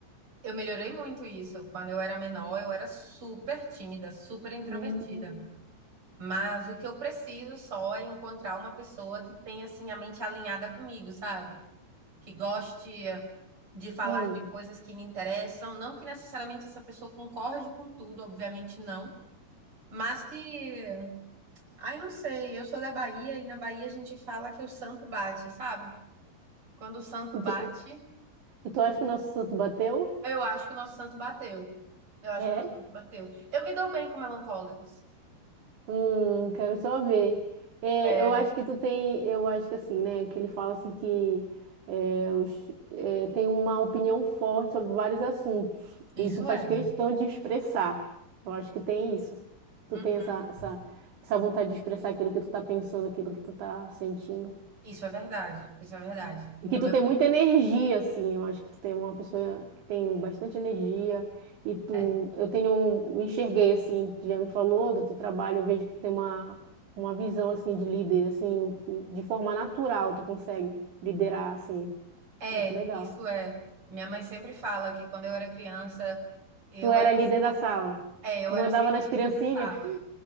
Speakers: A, on the right; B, on the right.
A: Eu melhorei muito isso. Quando eu era menor, eu era super tímida, super introvertida.
B: Hum,
A: Mas o que eu preciso só é encontrar uma pessoa que tenha assim a mente alinhada comigo, sabe? Que goste de falar
B: hum.
A: de coisas que me interessam, não que necessariamente essa pessoa concorde com tudo, obviamente não, mas que, ai, não sei, eu sou da Bahia e na Bahia a gente fala que o santo bate, sabe? Quando o santo
B: E
A: bate,
B: tu, e tu acha que o nosso santo bateu?
A: Eu acho que o nosso santo bateu. Eu acho
B: é
A: que o nosso santo bateu. Eu me dou bem com melancólicos.
B: Hum, quero só ver. É,
A: É,
B: eu acho que tu tem, eu acho que assim, né, que ele fala assim que é, os- é, tem uma opinião forte sobre vários assuntos
A: Isso
B: e tu faz
A: é.
B: questão de expressar. Eu acho que tem isso.
A: uhum.
B: Tu tem essa, essa, essa vontade de expressar aquilo que tu tá pensando, aquilo que tu tá sentindo.
A: Isso é verdade. Isso é verdade.
B: E
A: No
B: que tu
A: meu,
B: tem muita energia, assim. Eu acho que tu tem uma pessoa que tem bastante energia. E tu,
A: é,
B: eu tenho, um- me enxerguei, assim, tu já me falou do teu trabalho, eu vejo que tu tem uma, uma visão, assim, de líder, assim, que de forma natural tu consegue liderar, assim.
A: é,
B: Eu acho legal.
A: isso é. Minha mãe sempre fala que quando eu era criança, eu
B: Tu era
A: era,
B: líder da sala.
A: é, eu
B: Tu
A: era
B: mandava
A: sempre
B: nas
A: a
B: criancinhas.
A: líder da sala.
B: <laughs>